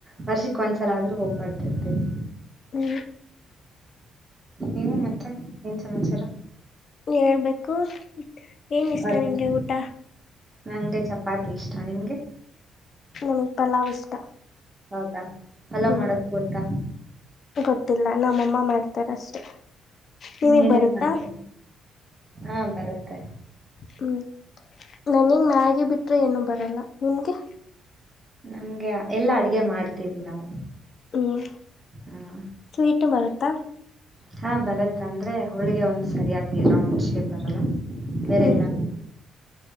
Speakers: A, on the right; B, on the left.
A: ವರ್ಷಕ್ಕೆ ಒಂದ್ಸಲ ಆದ್ರೂ ಹೋಗ್ ಬರ್ತಿರ್ತಿವಿ
B: ಹ್ಮ್
A: ನೀವು ಮತ್ತ ಏನ್ ಸಮಾಚಾರ
B: ಹೇಳ್ಬೇಕು ಏನು ಇಷ್ಟ
A: ಕಾಲೇಜ್?
B: ನಿಮಗೆ ಊಟ
A: ನಂಗೆ ಚಪಾತಿ ಇಷ್ಟ ನಿಮ್ಗೆ
B: ನಮಿ ಪಲಾವ್ ಇಷ್ಟ
A: ಹೌದಾ ಪಲಾವ್
B: ಹ್ಮ್
A: ಮಾಡೋದ್ ಗೊತ್ತಾ
B: ಗೊತ್ತಿಲ್ಲ ನಮ್ಮಮ್ಮ ಮಾಡ್ತಾರ ಅಷ್ಟೆ ನಿಮಗ್
A: ನೀನ್ ಎನೇನ್
B: ಬರುತ್ತಾ
A: ಮಾಡ್ತ ಹಾ ಬರುತ್ತೆ
B: ಹ್ಮ್ ನನಿಂಗ ಮ್ಯಾಗಿ ಬಿಟ್ರೆ ಏನು ಬರಲ್ಲ ನಿಮ್ಗೆ
A: ನಮ್ಗೆ ಎಲ್ಲಾ ಅಡ್ಗೆ ಮಾಡ್ತಿದ್ವಿ ನಾವು
B: ಹ್ಮ್
A: ಹಾ.
B: ಸ್ವೀಟು ಬರುತ್ತಾ
A: ಹಾ ಬರತ್ತ ಅಂದ್ರೆ ಹೋಳಿಗೆ ಒಂದ್ ಸರಿಯಾಗಿರ ಒಂದ್ ರೌಂಡ ಶೇಪ್ ಬರಲ್ಲ ಬೇರೆ
B: ಹ್ಮ್
A: ಎಲ್ಲ